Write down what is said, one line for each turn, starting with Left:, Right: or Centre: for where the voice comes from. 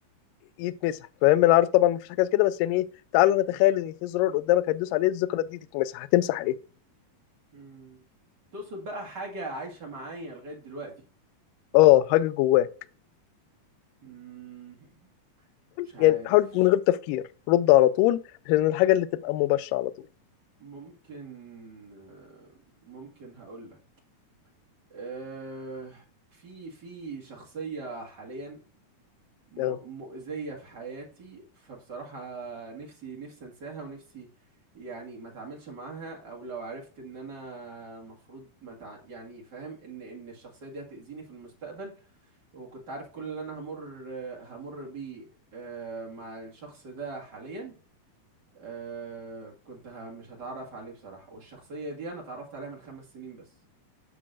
Left: يتمسح فاهم، أنا عارف طبعًا ما فيش حاجة زي كده بس يعني إيه، تعالَ نتخيّل إن في زرار قدّامك هتدوس عليه الذكرى دي تتمسح، هتمسح إيه؟
Right: مم. تقصد بقى حاجة عايشة معايا لغاية دلوقتي
Left: آه، حاجة جوّاك،
Right: مم. مش عارف
Left: يعني حاول من غير تفكير، رُد على طول عشان الحاجة اللي تبقى مباشرة على طول،
Right: ممكن آه، ممكن هقولك آه، في في شخصية حاليا م-
Left: آه،
Right: مؤذية في حياتي فبصراحة نفسي نفسي انساها ونفسي يعني ما اتعاملش معاها او لو عرفت ان انا المفروض ما تع... يعني فاهم ان ان الشخصية دي هتأذيني في المستقبل وكنت عارف كل اللي انا همر همر بيه آه، مع الشخص ده حاليا آه، كنت ه- مش هتعرف عليه بصراحة والشخصية دي انا اتعرفت عليها من خمس سنين بس